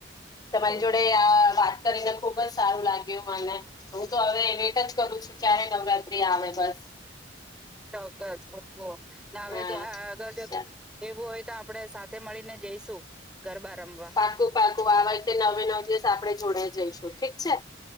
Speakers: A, on the left (about 20°); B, in the centre.
A: તમારી
B: બોલો
A: જોડે આ વા કરીને ખુબ જ સારું લાગ્યું મને હું તો હવે વેટ જ કરું છું ક્યારે નવરાત્રી આવે બસ
B: ચોક્કસ ના આવે
A: હા.
B: ત્યાં અગર એવું હોય આપડે સાથે મળીને જઈશું ગરબા રમવા
A: પાકું પાકું આ વાખતે નવે નવ દિવસ આપડણે જોડાઈ જઈશું ઠીક છે.